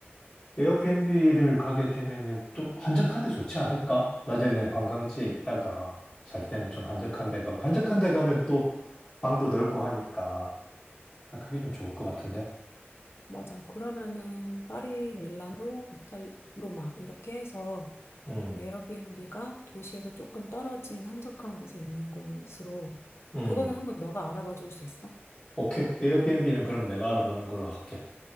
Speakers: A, on the left (about 35°); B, on the left (about 70°).
A: 에어비앤비를 가게 되면은 좀 한적한 데 좋지 않을까? 낮에는 관광지에 있다가 잘 때는 좀 한적한 데 가고 한적한 데 가면 또 방도 넓고 하니까 아, 그게 좀 좋을 것 같은데.
B: 맞아. 그러면은 파리, 밀라노, 이탈리, 로마 이렇게 해서
A: 음,
B: 좀 에어비앤비가 도시에서 조금 떨어진 한적한 곳에 있는 곳으로
A: 음,
B: 그거는 한번 너가 알아봐 줄 수 있어?
A: 오케이. 에어비앤비는 그럼 내가 알아보는 걸로 할게.